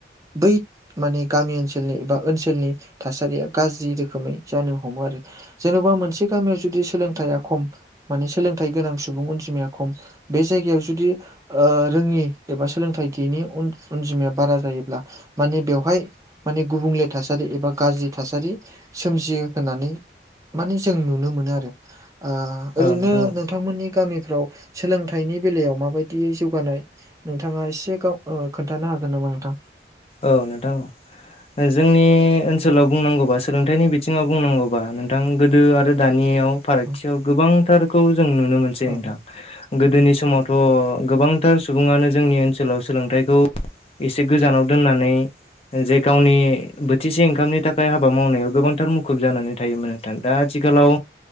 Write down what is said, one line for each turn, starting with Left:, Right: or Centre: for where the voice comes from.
Right: बै माने गामि ओनसोलनि एबा ओनसोलनि थासारिया गाज्रि रोखोमै जानो हमो आरो। जेन'बा मोनसे गामियाव जुदि सोलोंथाया खम माने सोलोंथाइ गोनां सुबुं अनजिमाया खम बे जायगायाव जुदि ओ रोङि एबा सोलोंथाइ गैयैनि अनजिमाया बारा जायोब्ला माने बेवहाय माने गुबुंले थासारि एबा गाज्रि थासारि सोमजियो होननानै माने जों नुनो मोनो आरो ओ
Left: औ
Right: ओरैनो
Left: नोंथां
Right: नोंथांमोननि गामिफ्राव सोलोंथाइनि बेलायाव माबायदि <unintelligible> जौगानाय नोंथाङा एसे गाव ओ खोन्थानो हागोन नामा नोंथां?
Left: औ नोंथां जोंनि ओनसोलाव बुंनांगौबा सोलोंथाइनि बिथिङाव बुंनांगौबा नोंथां गोदो आरो दानियाव फारागथियाव
Right: औ
Left: गोबांथारखौ जों नुनो मोनसै
Right: औ
Left: नोंथां। गोदोनि समावथ' गोबांथार सुबुङानो जोंनि ओनसोलाव सोलोंथाइखौ एसे गोजानाव दोननानै जे गावनि बोथिसे ओंखामनि थाखाय हाबा मावनायाव गोबांथार मुखुब जानानै थायोमोन। दा आथिखालाव